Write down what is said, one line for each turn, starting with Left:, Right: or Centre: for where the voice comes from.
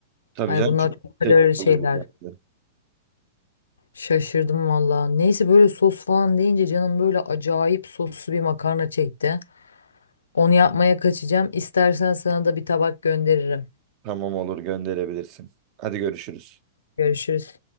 Right: Tabii
Left: Ay
Right: canım
Left: bunlar
Right: çok
Left: çok
Right: teşekkür
Left: kalorili şeyler.
Right: ederim.
Left: Şaşırdım valla. Neyse böyle sos falan deyince canım böyle acayip soslu bir makarna çekti. Onu yapmaya kaçacağım. İstersen sana da bir tabak gönderirim.
Right: Tamam olur gönderebilirsin. Hadi görüşürüz.
Left: Görüşürüz.